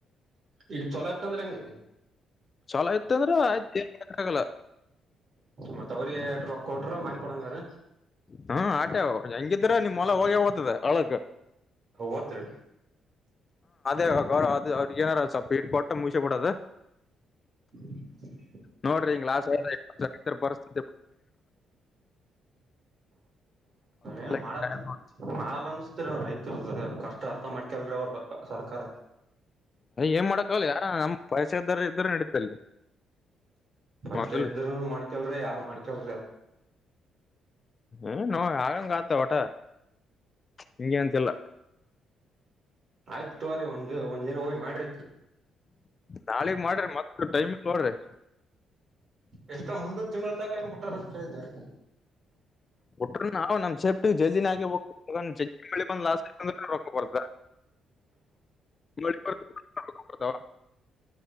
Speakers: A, on the right; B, on the left.
A: ಈಗ ಚೊಲೋ ಇತ್ ಅಂದ್ರೆ ಹೆಂಗೆ
B: ಚಲೋ ಇತ್ ಅಂದ್ರೆ ಆಯ್ತು ಏನು ಮಾಡೋಕ್ ಆಗಲ್ಲ
A: ಮತ್ ಅವ್ರಿಗೆ ಎಟ್ ರೊಕ್ಕ ಕೊಟ್ರ ಮಾಡಿ ಕೊಡಂಗಾರ
B: ಹಾ ಆಟೆ ಅವು ಹೆಂಗಿದ್ರ ನಿಮ್ೊಲ ಹೋಗೇ ೋಗ್ತದೆ ಅಳಕ್
A: ಹೋತ್ರಿ
B: ಇರು ಅ ಅವ್ರಿಗೆ ಏನಾರ ಸ್ವಪ ಇಟ್ಟ ಕೊಟ್ಟ ಮುಸಬಡದು
A: ಹ್ಮ
B: ನೋಡ್ರಿ ಹಂಗ ಲಾಸ್ <unintelligible> <unintelligible> ಪರಿಸತ
A: ಏನ್ ಮಾಡ
B: ಹಿಂಗ್ ಆಗ್ಯಾದ
A: ಮಾಡಲ್ಲ ಅನ್ಸ್ತರ ರೈತರದ ಕಷ್ಟ ಅರ್ಥ ಮಾಡ್ತ ಕೆಲ್ರಿ ಅವ್ರ ಸರ್ಕಾರ
B: ಏನ್ ಮಾಡಕ್ಕಾಗಲ್ಲ ಯಾರ ನಮ್ ಪೈಸ ಇದ್ದಾರ ಇದರುೂ ನಡೀತಲ್ಲಿ ಮೊದಲು
A: ಸ್ಟ್ ಇದ್ರ ಮಾಡ್ಕಲ್ರರಿ ಯಾರು ಮಾಡ್ಕಲ್
B: ಏ ನೋ ಆಗಂಗ ಗತ ಹೊಊಟ ಹಂಗೆ ಅಂತೆಲ್ಲ
A: ಆಯ್ತ ತೋರಿ ಒಂದ್ ಒಂದ್ ಜನ ಹೋಗ್ ಮಾಡ್ರ
B: ನಾಳಗ್ ಮಾಡ್ರಿ ಮತ್ತ ಟೈಮಗ ತಗೋಳ್ರಿ
A: ಎಷ್ಟೋ ಮುಂದ ತಿಂಗಳ ತಕ ಏನ್ಬುಟ್ಟಾರ ಅಂತ ಕೇಳಿದ್ದಾರೆ
B: ಬಿಟ್ರ ನಾವ್ ನಮ್ ಸೇಫ್ಟಿ ಜಲ್ದಿನ ಆಗೇಬೇಕು ಜಗ್ಗಿ ಮಳಿ ಬಂದ್ ಲಾಸ್ ಆಯ್ತಂದ್ರ ರೊಕ್ಕ ಬರ್ದ ಮಳಿ ಬರಲ್ಲ ರೊಕ್ಕ ಬರ್ತಾವ